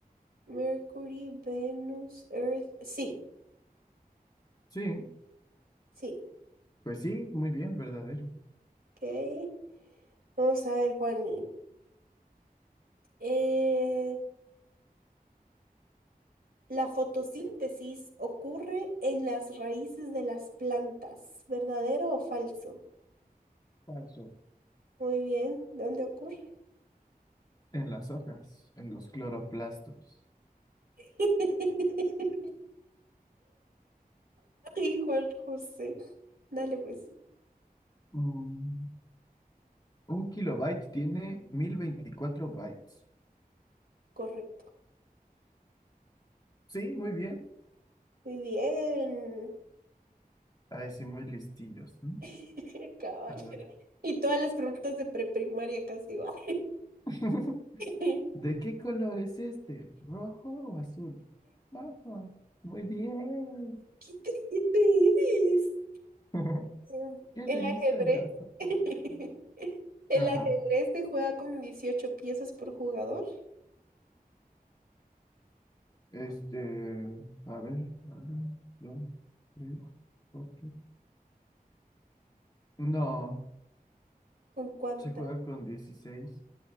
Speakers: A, on the right; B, on the left.
A: Mercury, Venus, Earth. Sí,
B: Sí,
A: sí.
B: pues sí, muy bien, verdadero.
A: Ok. Vamos a ver, Juani. Eh, la fotosíntesis ocurre en las raíces de las plantas. ¿Verdadero o falso?
B: Falso.
A: Muy bien. ¿Dónde ocurre?
B: En las hojas, en los cloroplastos.
A: <laughs> Ay, Juan José. Dale pues.
B: Mm, un kilobyte tiene 1024 bytes.
A: Correcto.
B: Sí, muy bien.
A: Muy bien.
B: Ay, sí, muy listillos. ¿no?
A: <laughs> Cabal.
B: A ver.
A: Y todas las preguntas de preprimaria casi va. <laughs>
B: <laughs>
A: ¿Qué
B: ¿De qué color es este? ¿Rojo o azul? Rojo. Muy bien.
A: inteligente eres?
B: <laughs>
A: Em,
B: Qué
A: El
B: listo,
A: ajedrez.
B: yo.
A: <laughs> El
B: Ajá.
A: ajedrez se juega con 18 piezas por jugador.
B: Este, a ver, uno, dos, tres, cuatro. No,
A: ¿Con cuántas?
B: se juega con 16.